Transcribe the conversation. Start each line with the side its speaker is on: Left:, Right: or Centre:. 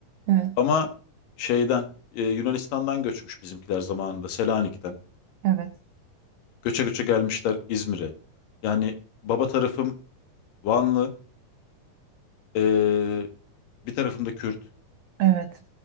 Right: Evet.
Left: Ama şeyden e, Yunanistan'dan göçmüş bizimkiler zamanında Selanik'ten.
Right: Evet.
Left: Göçe göçe gelmişler İzmir'e. Yani baba tarafım Vanlı, e, bir tarafım da Kürt.
Right: Evet.